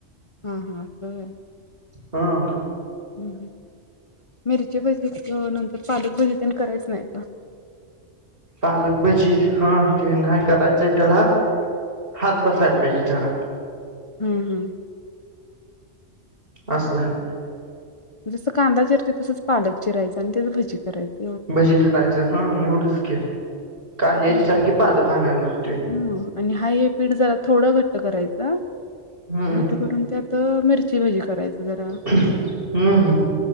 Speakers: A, on the left (about 30°); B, on the right (about 50°).
A: हा हा अस होय
B: हां
A: ह मिरची भजी नंतर पालक भजी पण करायच नाही का
B: पालक भजी हा ते नाही करायचंय त्याला हात बसायला पाहिजे जरा
A: हम्म हम्म
B: अस झाले
A: जसं कांदा चिरतोय तसंच पालक चिरायंच आणि तेच भजी करायचं
B: भजी खायच हा एवढंच की कांद्याच्या
A: नाहीतर
B: जागी पालक आणायला लागतोय
A: हा आणि हाय हे पीठ जरा थोडं घट्ट करायचं
B: हम्म.
A: घट करून त्यात तर मिरची भजी करायच जरा
B: हम्म हम्